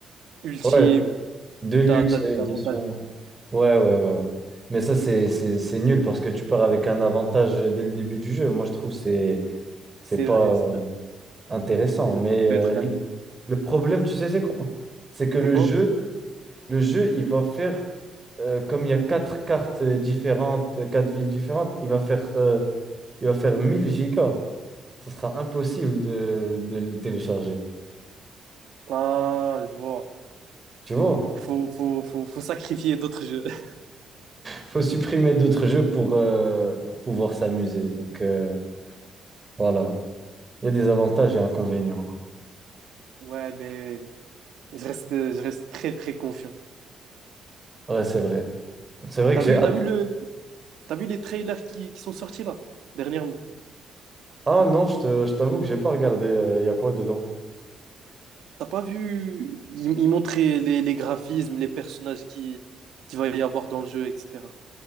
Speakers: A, on the right (about 75°); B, on the right (about 20°).
A: ultimes,
B: Ouais, de
A: où
B: luxe,
A: t'as, t'as
B: édition.
A: des avantages et tout.
B: Ouais, ouais, ouais, ouais. Mais ça, c'est, c'est, c'est nul parce que tu pars avec un avantage dès le début du jeu. Moi, je trouve que c'est, c'est
A: C'est
B: pas
A: vrai,
B: euh,
A: c'est vrai,
B: intéressant.
A: c'est vrai.
B: Mais
A: Tu peux
B: euh,
A: être
B: le,
A: d'accord.
B: le problème, tu sais, c'est quoi? C'est que le
A: C'est quoi?
B: jeu, le jeu, il va faire, euh, comme il y a quatre cartes euh, différentes, euh, quatre villes différentes, il va faire, euh, il va faire 1000 gigas. ça sera impossible de, de le télécharger.
A: Ah, je vois.
B: Tu vois?
A: Donc, faut, faut, faut, faut sacrifier d'autres jeux. <laughs>
B: faut supprimer d'autres jeux pour, euh, pour pouvoir s'amuser. Donc, euh, voilà. Il y a des avantages et inconvénients, quoi.
A: Ouais, mais je reste, je reste très, très confiant.
B: Ouais, c'est vrai. C'est vrai
A: T'as
B: que j'ai
A: vu,
B: hâte.
A: t'as vu le, t'as vu les trailers qui, qui sont sortis là, dernièrement?
B: Ah non, je te- je t'avoue que j'ai pas regardé. euh, Il y a quoi dedans?
A: T'as pas vu, ils, ils montraient les, les graphismes, les personnages qui, qui va y avoir dans le jeu, etc.